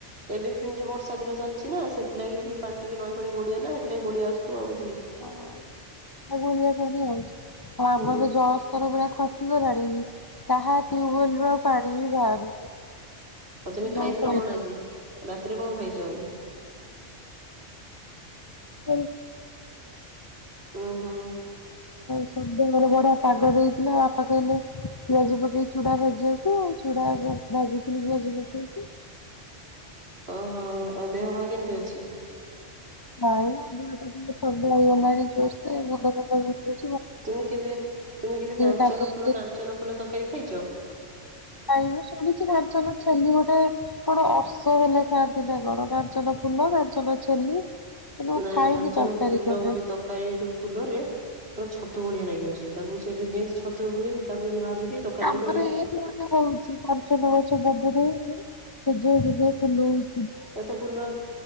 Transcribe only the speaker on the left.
<inaudible> ଆଉ ଗୋଳିଆ ପାଣି ଆଉଚି। ହଁ ଆମର
ବି ଜଳସ୍ତର ଗୁଡା ଖସି ଗଲାଣି। ତାହା ଟିୟୁୱେଲ ରୁ ଆଉ ପାଣି ବି ବାହାରୁନି।
ବହୁତ
ହଇରାଣ
<unintelligible>
ସନ୍ଧ୍ୟାବେଳେ ବଢିଆ ପାଗ ଦେଇଥିଲା। ବାପା କହିଲେ ପିଆଜି ପକେଇ ଚୁଡା ଭାଜି ଆକ କୁ ଆଉ ଚୁୁଡ଼ା ବ ଭଜିଥିଲି ପିଆଜ ପକେଇକି।
ନାଇଁ ମୋ ଦେହଟା ଟିକେ ଥଣ୍ଡା ହେଇଗଲାଣି ଜୋରସେ ମୁଣ୍ଡ ଫୁଣ୍ଡ ବିନ୍ଧୁ
କାଲି
ଟିକେ
ନାଇଁ ମୁଁ ଶୁଣିଛି କାଞ୍ଚନ ଚ୍ଛେଲି ଗୋଟେ କଣ ଅର୍ସ ହେଲେ ଖାଆନ୍ତି ନା କଣ କାଞ୍ଚନ ଫୁଲ, କାଞ୍ଚନ ଛେଲି। କିନ୍ତୁ ମୁଁ
ଖାଇନି
ତରକାରୀ
କେବେ
ଆମର
ଏଇଠୁ ହୋଉଚି କଞ୍ଚନ ଗଛ ବଡଟେ ହେଇକି <unintelligible> ଫୁଲ ହୋଉଚି।